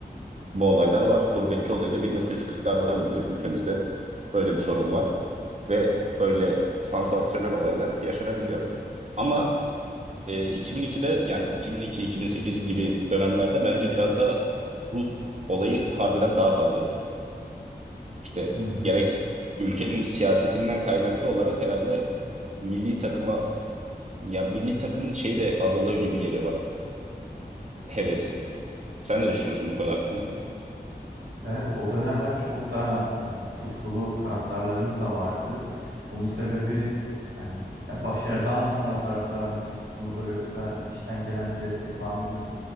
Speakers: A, on the right (about 40°); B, on the right (about 85°).
A: bu olaylar var. Gurbetçi olayı da 1940'lardan beri ülkemizde böyle bir sorun var. Ve böyle sansasyonel olaylar yaşanabiliyor. Ama e, 2002'de yani 2002-2008 gibi dönemlerde bence biraz da ruh olayı harbiden daha fazlaydı. İşte
B: Hı hı.
A: gerek ülkenin siyasetinden kaynaklı olarak herhalde milli takıma Ya milli takımın şeyi de azalıyor gibi geliyor bana. Hevesi. Sen ne düşünüyorsun bu konu hakkında?
B: Evet, o dönemler çok daha e, tutkulu taraftarlarımız da vardı. Bunun sebebi hani e, başarıdan sonra taraftarın tutkusu mudur yoksa içten gelen bir destek var mıdır